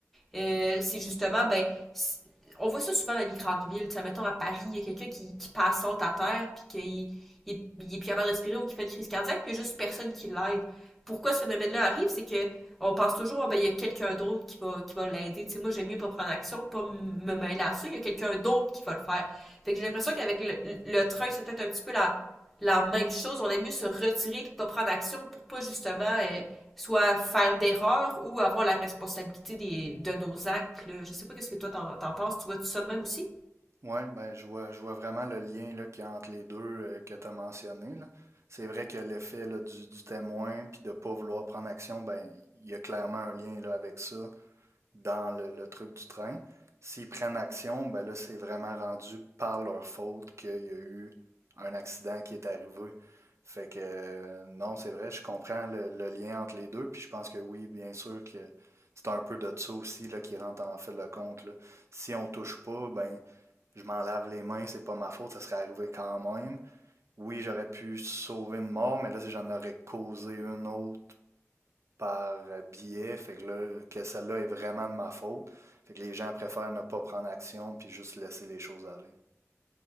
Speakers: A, in the centre; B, on the right (about 60°).
A: euh, c'est justement, ben, on voit ça souvent dans les grandes villes. Tu sais, mettons à Paris, il y a quelqu'un qui, qui passe saute à terre, puis qu'il il, il est plus capable de respirer ou qui fait une crise cardiaque, puis il y a juste personne qui l'aide. Pourquoi ce phénomène-là arrive, c'est que on pense toujours, oh, ben, il y a quelqu'un d'autre qui va, qui va l'aider. Tu sais, moi, j'aime mieux pas prendre action, pas me mêler à ça. Il y a quelqu'un d'autre qui va le faire. Fait que j'ai l'impression qu'avec le, le train, c'est peut-être un petit peu la, la même chose. On aime mieux se retirer puis pas prendre action pour pas justement euh, soit faire d'erreurs ou avoir la responsabilité des, de nos actes. Là. Je sais pas qu'est-ce que toi t'en, t'en penses. Tu vois tu ça de même aussi?
B: Ouais, ben je vois, je vois vraiment le lien là, qu'il y a entre les deux euh, que tu as mentionné, là. C'est vrai que l'effet là, du, du témoin puis de ne pas vouloir prendre action, ben il y a clairement un lien là, avec ça. dans le, le truc du train. S'ils prennent action, ben là, c'est vraiment rendu par leur faute qu'il y a eu un accident qui est arrivé. Fait que euh, non, c'est vrai, je comprends le, le lien entre les deux, puis je pense que oui, bien sûr que c'est un peu de ça aussi là, qui rentre en fil de compte. là. Si on touche pas, ben je m'en lave les mains, c'est pas ma faute, ça serait arrivé quand même. Oui, j'aurais pu sauver une mort, mais là, si j'en aurais causé une autre par biais, fait que là, que celle-là est vraiment de ma faute. Fait que les gens préfèrent ne pas prendre action puis juste laisser les choses aller.